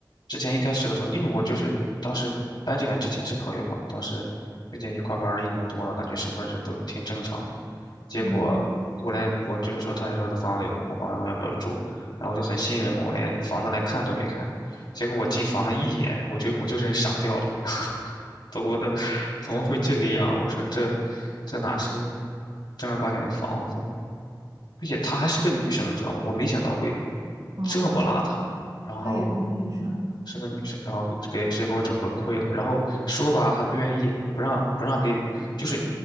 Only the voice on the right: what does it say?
嗯，
哦，
她也是个女生